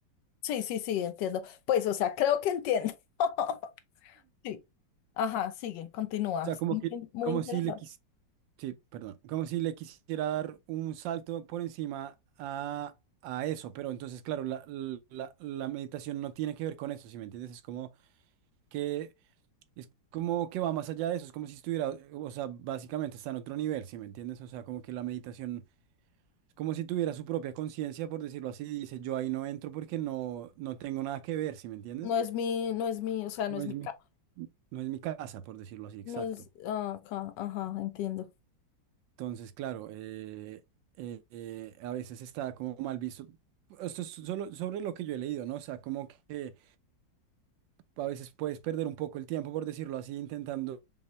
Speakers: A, on the left (about 75°); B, on the right (about 80°).
A: Sí, sí, sí, entiendo. Pues, o sea, creo que entiendo. <laughs> Sí, ajá, sigue, continúa.
B: O sea, como
A: Muy,
B: que,
A: muy
B: como
A: interesante.
B: si le quis- sí, perdón, como si le quisiera dar un salto por encima a, a eso. Pero entonces, claro, la, la, la meditación no tiene que ver con eso, ¿sí me entiendes? Es como que, es como que va más allá de eso. Es como si estuviera, o sea, básicamente está en otro nivel, ¿sí me entiendes? O sea, como que la meditación Es como si tuviera su propia conciencia, por decirlo así, y dice, yo ahí no entro porque no, no tengo nada que ver, ¿sí me entiendes?
A: No es mi, no es mi, o sea,
B: No
A: no es
B: es
A: mi
B: mi,
A: ca-
B: no es mi casa, por decirlo así, exacto.
A: No es, ah, ca- ajá, entiendo.
B: Entonces, claro, eh, eh, eh, a veces está como mal visto. Esto es solo sobre lo que yo he leído, ¿no? O sea, como que a veces puedes perder un poco el tiempo, por decirlo así, intentando